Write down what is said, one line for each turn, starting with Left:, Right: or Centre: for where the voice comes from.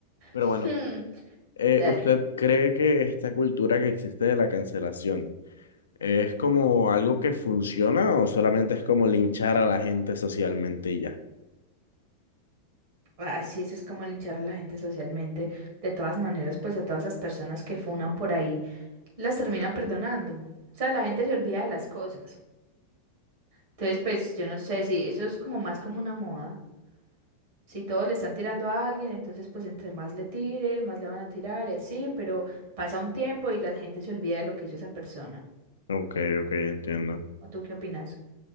Left: Pero
Right: Hmm,
Left: bueno, eh,
Right: Dale.
Left: ¿usted cree que esta cultura que existe de la cancelación es como algo que funciona o solamente es como linchar a la gente socialmente y ya?
Right: Así eso es como linchar a la gente socialmente. De todas maneras, pues a todas esas personas que funan por ahí, las terminan perdonando. O sea, la gente se olvida de las cosas. Entonces, pues yo no sé si eso es como más como una moda. Si todos le están tirando a alguien, entonces pues entre más le tiren, más le van a tirar y así, pero pasa un tiempo y la gente se olvida de lo que hizo esa persona.
Left: Ok, ok, entiendo.
Right: ¿O tú qué opinas?